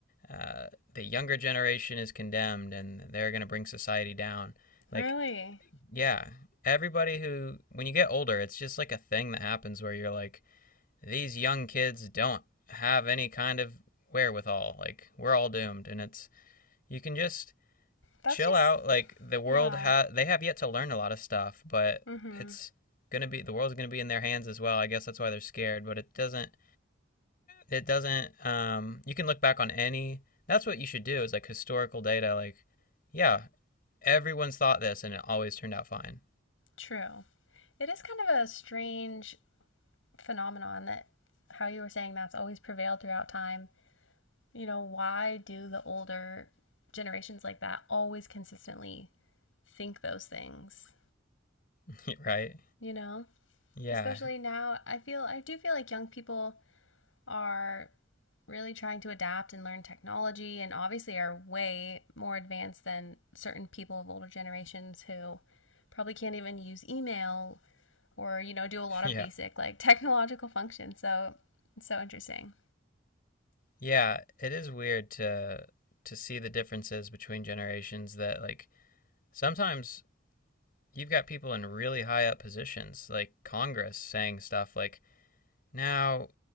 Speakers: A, on the left (about 50°); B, on the left (about 85°).
A: uh, "The younger generation is condemned, and they're going to bring society down." Like,
B: Really?
A: yeah, everybody who when you get older, it's just like a thing that happens where you're like, these young kids don't have any kind of wherewithal. Like, we're all doomed, and it's you can just
B: That's
A: chill
B: just,
A: out. Like the world
B: yeah.
A: ha they have yet to learn a lot of stuff, but
B: Mm hmm.
A: it's gonna be the world's gonna be in their hands as well. I guess that's why they're scared. But it doesn't it doesn't um you can look back on any that's what you should do is like historical data like yeah everyone's thought this and it always turned out fine
B: True. It is kind of a strange phenomenon that how you were saying that's always prevailed throughout time. You know, why do the older generations like that always consistently think those things?
A: <laughs> right
B: You know,
A: yeah
B: especially now, I feel I do feel like young people are really trying to adapt and learn technology and obviously are way more advanced than certain people of older generations who probably can't even use email or you know do a lot
A: yeah
B: of basic like <laughs> technological functions so it's so interesting
A: yeah it is weird to to see the differences between generations that like sometimes you've got people in really high up positions like congress saying stuff like Now,